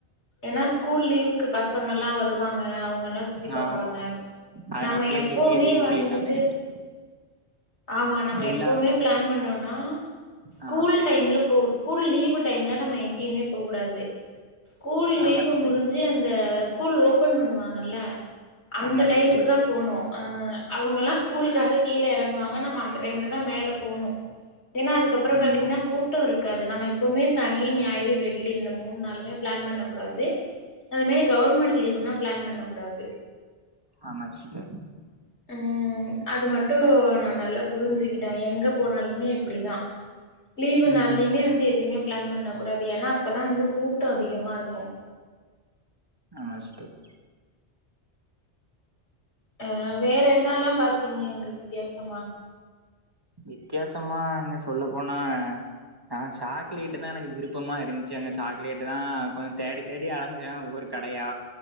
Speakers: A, on the left (about 75°); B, on the right (about 20°).
A: ஏன்னா ஸ்கூல் லீவுக்கு பசங்கல்லா வருவாங்க அவங்கல்லா சுத்தி
B: ஆ
A: பாப்பாங்க
B: அதனாப்ல
A: நம்ம எப்பவுமே
B: ஹெவி ரேட்டு
A: வந்துட்டு
B: எல்லாமே ஏத்தி
A: ஆமா நம்ம
B: எல்லா
A: எப்பவுமே பிளான் பண்ணோன்னா ஸ்கூல்
B: ஆ
A: டைம்ல போக ஸ்கூல் லீவு டைம்ல நம்ம எங்கயுமே போக்கூடாது ஸ்கூல்
B: ஆமா
A: லீவு
B: சிஸ்டர்
A: முடிஞ்சி அந்த ஸ்கூல் ஓப்பன் பண்ணுவாங்கல்ல அந்த
B: ஆமா
A: டைமுக்கு
B: சிஸ்டர்
A: தா போணு ஆ அவங்கல்லா ஸ்கூலுக்காக கீழ எறங்குவாங்க நம்ம அந்த டைம்ல தா மேல போனு ஏன்னா அதுக்கப்பறோ
B: ம்
A: பாத்தீங்ன்னா கூட் டோ இருக்காது நம்ம எப்பவுமே சனி ஞாயிறு வெள்ளி இந்த மூன்நாளுமே பிளான் பண்ண கூடாது அது மாரி கவர்மெண்ட் லீவ்னா பிளான் பண்ண கூடாது
B: ஆமா சிஸ்டர்
A: ம் அது மட்டு நா நல்லா புரிஞ்சுக்கிட்ட எங்க போனாலுமே இப்டி தா லீவு நாள்ளைமே
B: ம்
A: வந்து எதுமே பிளான் பண்ண கூடாது ஏன்னா அப்பதா வந்து கூட்ட அதிகமா இருக்கு
B: ஆமா சிஸ்டர்
A: ஆ வேற என்னல்லா பாத்தீங்க அங்க வித்தியாசமா
B: வித்தியாசமா இங்க சொல்ல போனா நா சாக்லேட்
A: ம்
B: தா எனக்கு விருப் ப்பமா இருந்ச்சு அங்க சாக்லேட்டு தா கொஞ்ச தேடி தேடி அலஞ்ச ஒவ்வொரு கடையா